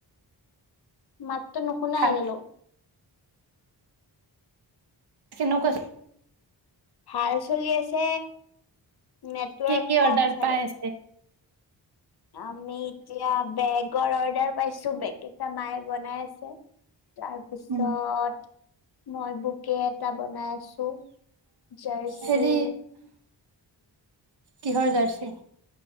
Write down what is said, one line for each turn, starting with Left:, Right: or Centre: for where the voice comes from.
Left: ম ত নুশুনাই
Right: ভাল
Left: গলো।
Right: কে নোকচ
Left: ভাল চলি আছে। নেটৱৰ্ক
Right: কি কি
Left: কম
Right: অডাৰ
Left: চাগে
Right: পাইছে?
Left: আমি এতিয়া বেগৰ অৰ্ডাৰ পাইছো বেগকেইটা মায়ে বনাই আছে। তাৰপিছত
Right: উম,
Left: মই বোকে এটা বনাই আছো। জাৰচি
Right: হেৰি কিহৰ জাৰ্চি?